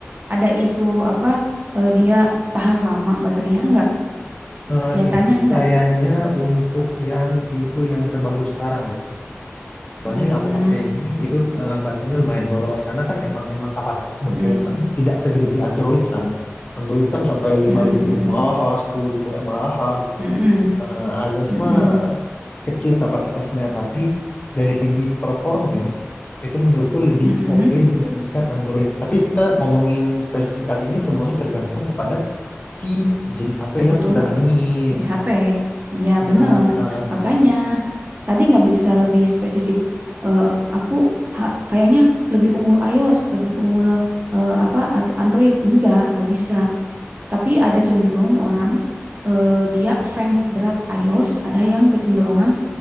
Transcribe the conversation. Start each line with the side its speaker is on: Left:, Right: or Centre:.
Right: ada isu apa, eee, dia tahan lama baterainya, enggak?
Left: Eh,
Right: Kenyataannya
Left: itu
Right: enggak?
Left: kayaknya untuk yang tipe yang terbaru sekarang deh. Soalnya
Right: Mmm,
Left: yang aku pakai ini itu eh, baterainya lumayan boros karena kan emang emang kapasitas baterainya
Right: mhm
Left: itu kan tidak segede di Android kan. Android kan sampai 5000
Right: mhm mhm
Left: mAh, 10.000 mAh gitu.
Right: mhm
Left: Eh, iOS
Right: mhm
Left: mah kecil kapasitasnya tapi dari segi performance itu menurutku lebih
Right: mhm,
Left: oke dibandingkan Android. Tapi kita ngomongin spesifikasi ini semuanya tergantung kepada si jenis HP
Right: kebutuhan
Left: yang kita bandingin.
Right: jenis HP. Iya
Left: Nah,
Right: bener, makanya tadi nggak bisa lebih spesifik, eee, aku ha kayaknya lebih unggul iOS, lebih unggul, eee, apa, atau Android, enggak, nggak bisa. Tapi ada cenderung orang eh, dia fans berat iOS, ada yang kecenderungan